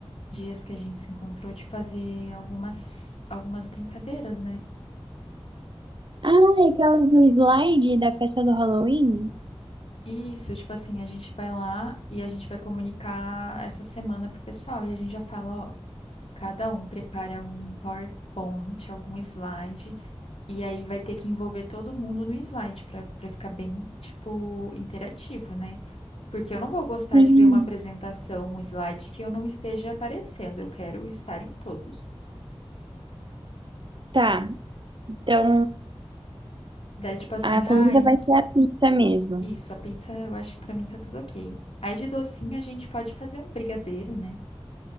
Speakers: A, on the left; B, on the right.
A: dias que a gente se encontrou de fazer algumas, algumas brincadeiras, né?
B: Ah, é aquelas do slide da festa do Halloween?
A: Isso, tipo assim, a gente vai lá e a gente vai comunicar essa semana pro pessoal e a gente já fala, ó, cada um prepara um PowerPoint, algum slide, e aí vai ter que envolver todo mundo no slide para para ficar bem, tipo, interativo, né? Porque eu não vou gostar
B: Sim.
A: de ver uma apresentação, um slide que eu não esteja aparecendo, eu quero estar em todos.
B: Tá, então
A: Daí, tipo assim,
B: a comida
A: ai,
B: vai ser a pizza mesmo.
A: Isso, a pizza eu acho que pra mim tá tudo ok. Aí de docinho a gente pode fazer um brigadeiro, né?